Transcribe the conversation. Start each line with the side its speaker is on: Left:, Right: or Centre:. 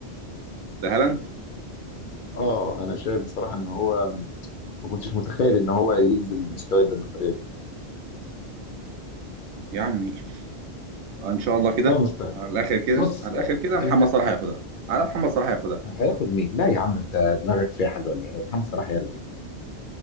Right: ده هالاند
Left: اه انا شايف بصراحه ان هو ما كنتش متخيل ان هو ينزل مستويات ده بالطريقه دي
Right: يا عمي ان شاء الله كده
Left: والله المستعان
Right: على الاخر كده
Left: بص
Right: على الاخر كده محمد
Left: انا
Right: صلاح هياخدها على محمد صلاح هياخدها
Left: هياخد مين؟ لا يا عم انت دماغك فيها حاجه ولا ايه؟ محمد صلاح هياخد ايه؟